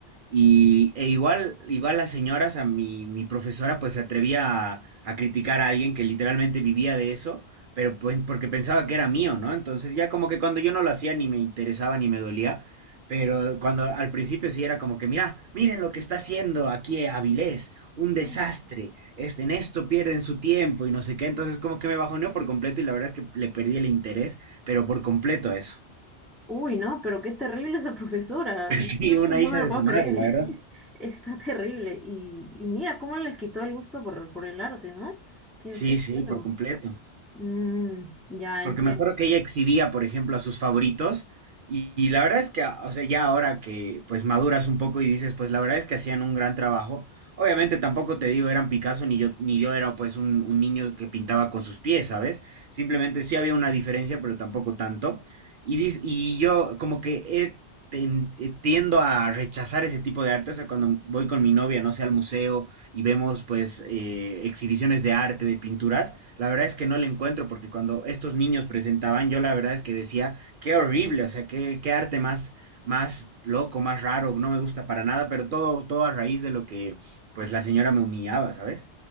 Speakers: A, on the right; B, in the centre.
A: Y e igual, igual las señoras, a mi, mi profesora pues se atrevía a, a criticar a alguien que literalmente vivía de eso pero pues, porque pensaba que era mío, ¿no? Entonces ya como que cuando yo no lo hacía ni me interesaba ni me dolía, pero cuando al principio sí era como que, mira, miren lo que está haciendo aquí Avilés, un desastre,
B: Ujú.
A: este, en esto pierden su tiempo y no sé qué, entonces como que me bajoneó por completo y la verdad es que le perdí el interés, pero por completo a eso.
B: Uy, no, pero qué terrible esa profesora,
A: <laughs>
B: no,
A: Sí, una
B: no- no
A: hija
B: me lo
A: de
B: puedo
A: su madre,
B: creer,
A: la
B: <laughs>
A: verdad.
B: está terrible. Y, y mira cómo les quitó el gusto por, por el arte, ¿no? Qué,
A: Sí,
B: qué
A: sí, por
B: feo.
A: completo.
B: Mm, ya
A: Porque
B: entiendo.
A: me acuerdo que ella exhibía, por ejemplo, a sus favoritos. Y, y la verdad es que, o sea, ya ahora que pues maduras un poco y dices, pues la verdad es que hacían un gran trabajo. Obviamente tampoco te digo eran Picasso ni yo, ni yo era pues un, un niño que pintaba con sus pies, ¿sabes? Simplemente sí había una diferencia, pero tampoco tanto. Y, dis- y yo como que he ten- eh, tiendo a rechazar ese tipo de arte. O sea, cuando voy con mi novia, no sé, al museo y vemos pues eh, exhibiciones de arte, de pinturas. La verdad es que no le encuentro porque cuando estos niños presentaban, yo la verdad es que decía, qué horrible, o sea, qué, qué arte más, más loco, más raro, no me gusta para nada, pero todo, todo a raíz de lo que pues la señora me humillaba, ¿sabes?